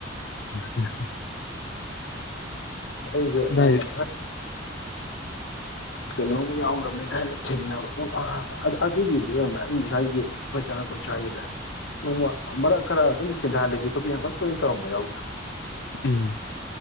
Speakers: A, on the left; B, on the left.
A: ꯎꯝ꯫
B: ꯑꯁ ꯑꯩꯁꯨ
A: ꯑꯗꯥꯏ
B: ꯌꯥꯝꯅ꯫ ꯀꯩꯅꯣꯝ ꯌꯥꯎꯈ꯭ꯔꯕꯅꯤ ꯊꯥꯏꯅ ꯊꯦꯡꯅꯕ ꯑꯗꯨꯒꯤꯕꯨꯗꯤ ꯑꯣꯏꯔꯝꯃꯦ ꯑꯩꯅ ꯁ꯭ꯋꯥꯏꯒꯤ ꯑꯩꯈꯣꯏ ꯆ꯫ ꯑꯩꯈꯣꯏ ꯁ꯭ꯋꯥꯏꯒꯤꯗ ꯅꯣꯡꯃ ꯃꯔꯛ ꯈꯔ ꯑꯗꯨꯝ ꯁꯦꯟꯊꯥꯜꯂꯤ ꯈꯨꯕꯤ ꯌꯥꯡ ꯀꯟꯅ ꯇꯣꯏꯅ ꯇꯧꯔꯝꯕ ꯌꯥꯎꯗ꯭ꯔꯥ꯫
A: ꯎꯝ